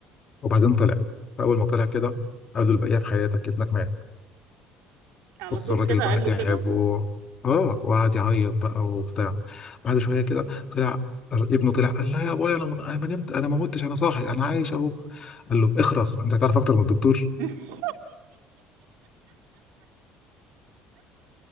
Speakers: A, on the left (about 35°); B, on the right (about 80°).
A: وبعدين طلع فاول ما طلع كده قال له البقيه في حياتك ابنك مات
B: على
A: بص
B: طول
A: الراجل
B: كده
A: بقى
B: قال
A: تعب
B: له كده
A: و اه وقعد يعيط بقى وبتاع بعد شويه كده طلع ابنه طلع قال لا يا ابويا انا انا ما نمت انا ما متش انا صاحي انا عايش اهو قال له اخرس انت هتعرف اكتر من الدكتور
B: <laughs>